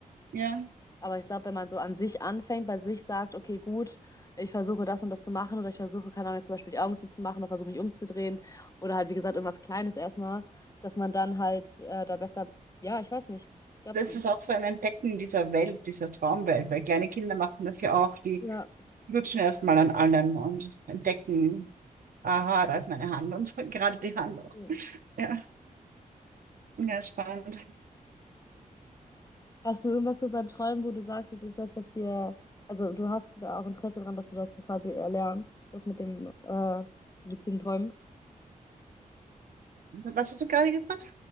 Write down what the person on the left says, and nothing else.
Aber ich glaube, wenn man so an sich anfängt, bei sich sagt, okay, gut, ich versuche das und das zu machen oder ich versuche, keine Ahnung, jetzt zum Beispiel die Augen zuzumachen oder versuche mich umzudrehen oder halt, wie gesagt, irgendwas Kleines erstmal, dass man dann halt äh, da besser, ja, ich weiß nicht. Ich glaube,
ja.
okay.
Hast du irgendwas so beim Träumen, wo du sagst, es ist das, was dir, also du hast da auch Interesse dran, dass du das quasi erlernst, das mit dem äh, luziden Träumen,